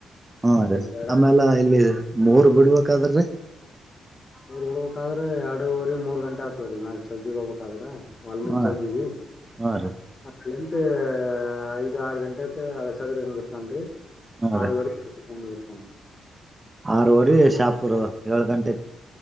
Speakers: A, on the right; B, on the left.
A: ಹಾ ರೀ
B: ಒಂದ್ ಎರಡ್
A: ಅಮೇಲ
B: ಆತ್ರಿ ಅಷ್ಟೇ
A: ಇಲ್ಲಿ ಮೂರ್ ಬಿಡ್ಬೇಕಾದ್ರೀ
B: ಊರ್ ಬಿಡ್ಬೇಕಾದ್ರೆ ಎರಡ್ ಅವರ್ ಮೂರ್ ಗಂಟೆ ಆಗ್ತದ ರೀ ಚಿಗ್ ಹೋಗ್ಬೇಕದ್ರೆ <unintelligible> ವಾಲ್ಮೀಕಿ
A: ಹಾ
B: ಚೌಕಿಗೆ
A: ಹಾ ರೀ
B: ಎ... ಐದು ಆರು ಗಂಟೆಕ್ಕೆ ಹಳ ಸಗರಡ್ತನ್ರಿ
A: ಹಾ
B: ಆರುವರೆ ಹಾ
A: ಆರುವರಿ ಶಾಪುರ್ ಏಳು ಗಂಟೆ